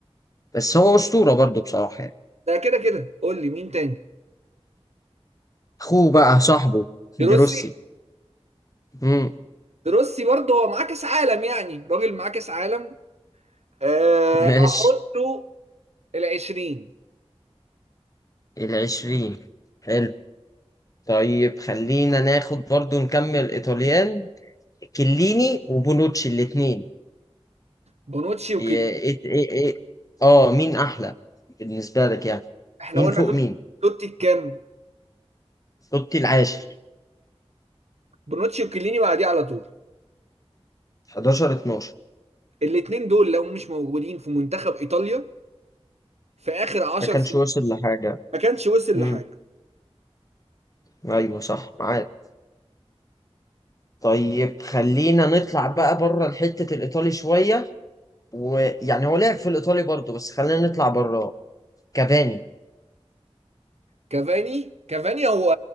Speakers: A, on the left; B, on the right.
A: بس هو اسطورة برضو بصراحة يعني
B: ده كده كده قول لي مين تاني
A: اخوه بقى صاحبه
B: دروسي
A: دروسي امم
B: دروسي برضه هو معاه كاس عالم يعني راجل معاه كاس عالم أه
A: ماشي
B: احطه ال 20
A: العشرين حلو طيب خلينا ناخد برضو نكمل ايطاليان كليني وبونوتشي الاثنين
B: بونوتشي وكليني
A: ايه ايه ايه إيه. اه مين احلى بالنسبه لك يعني
B: احنا
A: مين
B: قلنا
A: فوق
B: توتي
A: مين
B: توتي كام
A: توتي العاشر
B: بونوتشي وكليني بعديه على طول
A: 11 12
B: الاتنين دول لو مش موجودين في منتخب ايطاليا في اخر 10
A: ما كانش وصل لحاجه
B: ما كانش وصل
A: امم
B: لحاجه
A: ايوه صح معاك طيب خلينا نطلع بقى بره الحته الايطالي شويه ويعني هو لعب في الايطالي برضو بس خلينا نطلع بره كافاني
B: كافاني كافاني هو